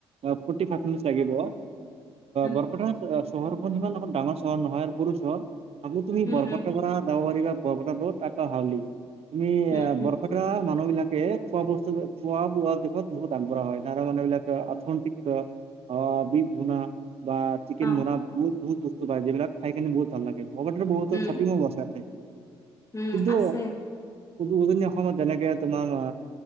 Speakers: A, on the right; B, on the left.
A: অ', ফ'ৰ্টি ফাইভ মিনিটচ লাগিব,
B: উম
A: বৰপেটা চহৰখন ইমান এখন ডাঙৰ চহৰ নহয় আৰু সৰু চহৰ, আকৌ তুমি
B: উম
A: বৰপেটাৰ
B: উম
A: পৰা যাব বৰপেটা ৰ'দ তাৰপৰা হাউলি, তুমি
B: উম উম
A: বৰপেটা মানুহবিলাকক খোৱা বস্তু, খোৱা বোৱা দিশত বহুত আগবঢ়া হয়, তাৰে মানুহবিলাক অৰ্থনৈতিক অ', <unintelligible> বা চিকেন
B: অ
A: <unintelligible> বহুত বস্তু পায় যিবিলাক খাইকিনে বহুত ভাল লাগে, লগতে বহুত
B: উম
A: শ্বপিং মল আছে
B: উম,
A: কিন্তু
B: আছে।
A: উজনি অসমত যেনেকে তোমাৰ,